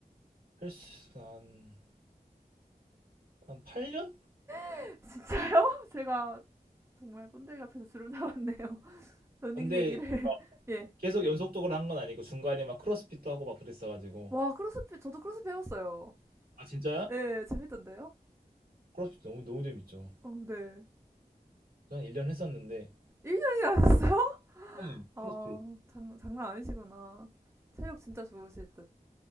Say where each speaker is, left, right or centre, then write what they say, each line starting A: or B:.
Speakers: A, on the right; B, on the right.
A: 헬스 한, 한 8년?
B: <laughs> 진짜요? 제가 정말 꼰대기 앞에서 주름 잡았네요. <laughs> 러닝
A: 근데
B: 얘기를.
A: 이게
B: <laughs> 예.
A: 계속 연속적으로 한 건 아니고 중간에 막 크로스핏도 하고 막 그랬어가지고
B: 와, 크로스핏, 저도 크로스핏 해봤어요.
A: 아 진짜요?
B: 예, 재밌던데요?
A: 크로스핏 너무 너무 재밌죠
B: 어, 네.
A: 저 한 1년 했었는데
B: 1년이나 하셨어요? <laughs>
A: 네.
B: 아,
A: 크로스핏
B: 장, 장난 아니시구나. 체력 진짜 좋으실 듯.